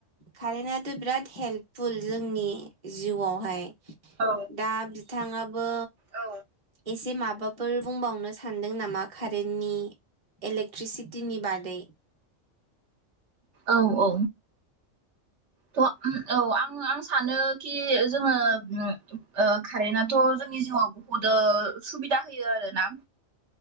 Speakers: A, on the right (about 30°); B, on the right (about 70°).
A: खारेनाथ' बिराद हेल्पफुल जोंनि जि जिउवावहाय।
B: औ
A: दा बिथाङाबो
B: औ
A: एसे मा बाफोर बुंबावनो सानदों नामा खारेननि इलेक्ट्रिसिटिनि बादै?
B: औ औ। थ' औ आं आं सानो कि जोङो ओ खारेनाथ' जों जोंनि जिउआव बुहुदो सुबिदा होयो आरोना।